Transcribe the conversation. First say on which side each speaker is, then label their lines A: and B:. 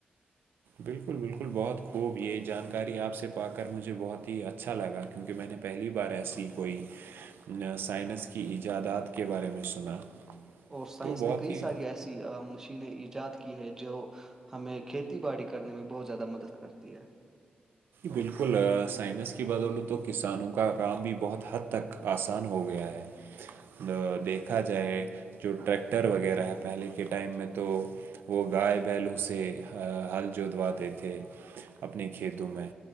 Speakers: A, on the right; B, on the right.
A: بالکل بالکل بہت خوب یہ جانکاری آپ سے پا کر مجھے بہت ہی اچھا لگا کیونکہ میں نے پہلی بار ایسی کوئی سائنس کی ایجادات کے بارے میں سنا
B: اور سائنس
A: تو بہت
B: نے کئی
A: ہی
B: ساری ایسی مشینیں ایجاد کی ہے جو ہمیں کھیتی باڑی کرنے میں بہت زیادہ مدد کرتی ہے
A: بالکل سائنس کی بدولوں تو کسانوں کا کام بھی بہت حد تک آسان ہو گیا ہے دیکھا جائے جو ٹریکٹر وغیرہ ہے پہلے کے ٹائم میں تو وہ گائے بیلوں سے ہل جودواتے تھے اپنے کھیتوں میں